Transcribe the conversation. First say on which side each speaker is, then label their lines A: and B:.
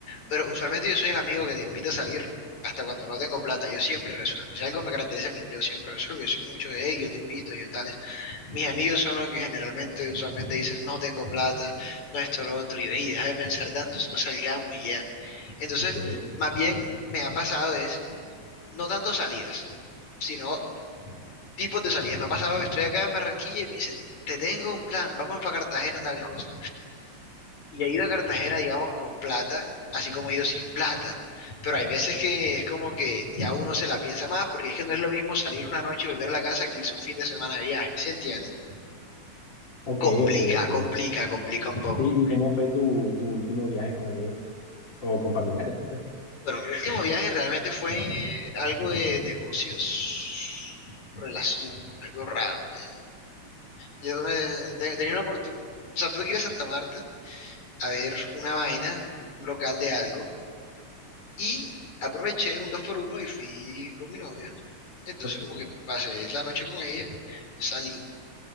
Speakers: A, on the left; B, on the left.
A: pero usualmente yo soy el amigo que te invita a salir hasta cuando no tengo plata, yo siempre resuelvo, si algo me caracteriza a mí, yo siempre resuelvo, yo soy mucho de, hey, yo te invito, yo tales, mis amigos son los que generalmente, usualmente dicen, no tengo plata, no esto, lo otro, y ve, y deja de pensar tanto, solo salgamos y ya, entonces,
B: Ok,
A: más bien, me ha pasado es, no tanto salidas, sino tipos de salidas. Me ha pasado que estoy acá en Barranquilla y me dice, te tengo un plan, vamos para Cartagena, tal cosa. Y he ido a Cartagena, digamos, con plata, así como he ido sin plata. Pero hay veces que es como que ya uno se la piensa más, porque es que no es lo mismo salir una noche y volver a la casa que irse un fin de semana de viaje, ¿sí entiendes?
B: ok,
A: Complica,
B: ok, ok. ¿Y,
A: complica, complica un poco.
B: y cómo fue tu, tu último viaje con amigos o con familiares, tal vez?
A: Bueno, mi último viaje realmente fue algo de negocios, relación, algo raro, güey. Yo me, te- tenía una oportunidad, o sea, tuve que ir a Santa Marta a ver una vaina, un local de algo, y aproveché un dos por uno y fui con mi novia. Entonces
B: Ok,
A: como que pasé la noche con ella, salí,